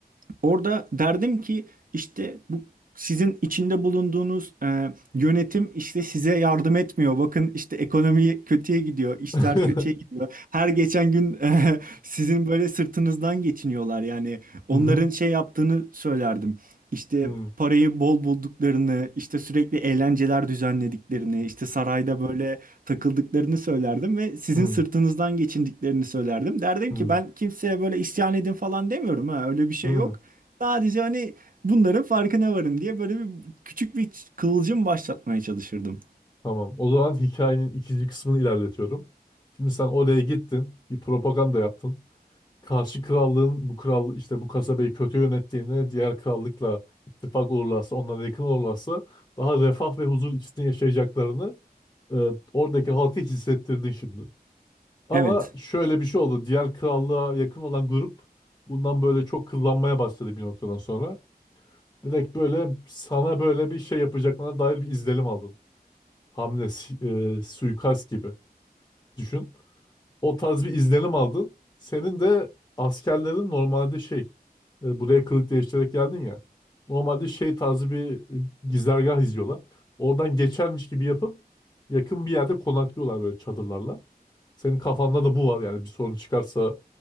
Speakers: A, on the right (about 60°); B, on the left (about 20°).
A: Orada derdim ki işte bu sizin içinde bulunduğunuz e, yönetim işte size yardım etmiyor. Bakın işte ekonomi kötüye gidiyor, işler
B: <laughs>
A: kötüye gidiyor. Her geçen gün e, <laughs> sizin böyle sırtınızdan geçiniyorlar. Yani onların
B: Hı hı.
A: şey yaptığını söylerdim. İşte
B: Hı hı.
A: parayı bol bulduklarını, işte sürekli eğlenceler düzenlediklerini, işte sarayda böyle takıldıklarını söylerdim ve sizin
B: Hı hı.
A: sırtınızdan geçindiklerini söylerdim. Derdim
B: Hı
A: ki ben kimseye böyle isyan edin falan demiyorum ha öyle bir şey
B: hı.
A: yok. Sadece hani bunların farkına varın diye böyle bir küçük bir kıvılcım başlatmaya çalışırdım.
B: Tamam. O zaman hikayenin ikinci kısmını ilerletiyorum. Şimdi sen oraya gittin, bir propaganda yaptın. Karşı krallığın bu kral işte bu kasabayı kötü yönettiğini, diğer krallıkla ittifak olurlarsa, onlara yakın olurlarsa daha refah ve huzur içinde yaşayacaklarını e, oradaki halka hissettirdin şimdi. Ama
A: Evet.
B: şöyle bir şey oldu. Diğer krallığa yakın olan grup bundan böyle çok kıllanmaya başladı bir noktadan sonra. Direkt böyle sana böyle bir şey yapacaklarına dair bir izlenim aldın. Hamle, si- e, suikast gibi düşün. O tarz bir izlenim aldın. Senin de askerlerin normalde şey, e, buraya kılık değiştirerek geldin ya. Normalde şey tarzı bir e, gizlergah izliyorlar. Oradan geçermiş gibi yapıp yakın bir yerde konaklıyorlar böyle çadırlarla. Senin kafanda da bu var yani bir sorun çıkarsa